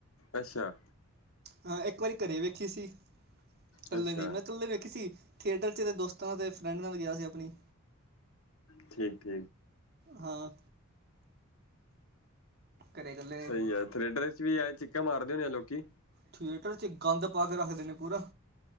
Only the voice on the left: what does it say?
ਅੱਛਾ!
ਅੱਛਾ
ਠੀਕ-ਠੀਕ
ਸਹੀ ਹੈ। ਥੇਟਰ ਚ, ਵੀ ਆ ਚਿੱਕਾਂ ਮਾਰਦੇ ਹੁੰਦੇ ਆ ਲੋਕੀ